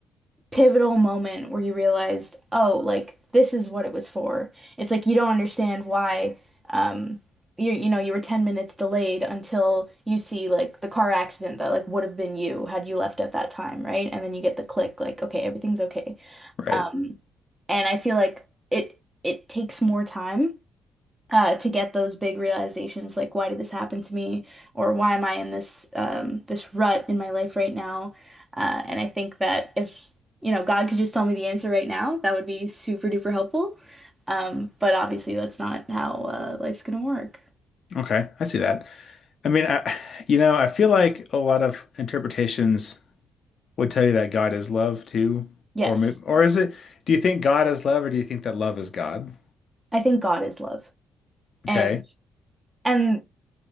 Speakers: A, on the right; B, on the left.
A: pivotal moment where you realized, oh, like this is what it was for. It's like you don't understand why um you you know you were 10 minutes delayed until you see like the car accident that like would have been you had you left at that time, right? And then you get the click like okay, everything's okay.
B: right.
A: Um and I feel like it it takes more time uh, to get those big realizations, like why did this happen to me, or why am I in this um, this rut in my life right now? Uh, and I think that if you know God could just tell me the answer right now, that would be super duper helpful. Um, but obviously, that's not how uh, life's gonna work.
B: Okay, I see that. I mean, I, you know, I feel like a lot of interpretations would tell you that God is love too,
A: Yes,
B: or may- or is it? Do you think God is love, or do you think that love is God?
A: I think God is love. And
B: Okay,
A: and